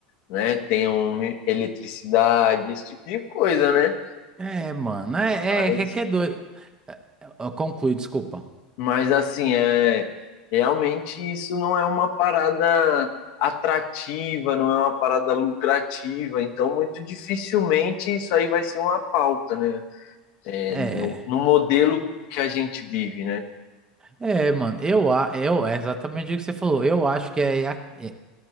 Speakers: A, on the left; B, on the right.
A: né? tenham eletricidade, esse tipo de coisa, né?
B: É, mano, é,
A: Mas,
B: é, é que é doido. É, é, Conclui, desculpa.
A: mas assim, é, realmente isso não é uma parada atrativa, não é uma parada lucrativa, então muito dificilmente isso aí vai ser uma pauta, né? é,
B: É,
A: no, no modelo que a gente vive, né?
B: é, mano, eu, a- eu, é exatamente o que você falou. Eu acho que é, a- é,